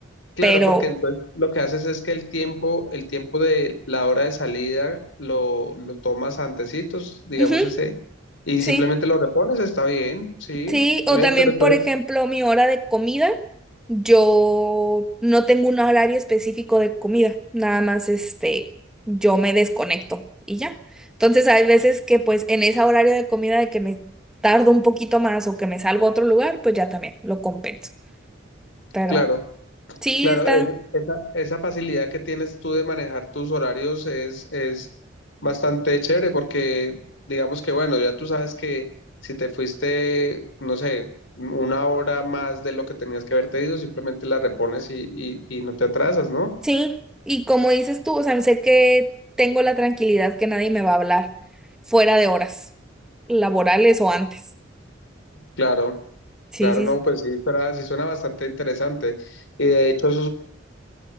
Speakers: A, on the left; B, in the centre.
A: Claro,
B: Pero,
A: porque entonces lo que haces es que el tiempo, el tiempo de la hora de salida lo, lo tomas antecitos, digamos
B: ujú,
A: ese, y
B: sí,
A: simplemente lo repones, está bien, sí,
B: sí.
A: está
B: O
A: bien,
B: también,
A: pero entonces
B: por ejemplo, mi hora de comida, yo no tengo un horario específico de comida, nada más este, yo me desconecto y ya. Entonces, hay veces que pues en ese horario de comida de que me tardo un poquito más o que me salgo a otro lugar, pues ya también lo compenso. Pero.
A: Claro,
B: Sí,
A: claro,
B: está,
A: es- esa, esa facilidad que tienes tú de manejar tus horarios es, es bastante chévere porque digamos que bueno, ya tú sabes que si te fuiste, no sé, una hora más de lo que tenías que haberte ido, simplemente la repones y, y, y no te atrasas, ¿no?
B: sí. Y como dices tú, o sea, sé que tengo la tranquilidad que nadie me va a hablar fuera de horas laborales o antes.
A: Claro,
B: Sí,
A: claro,
B: sí,
A: no,
B: sí.
A: pues sí, pero sí suena bastante interesante. Y de hecho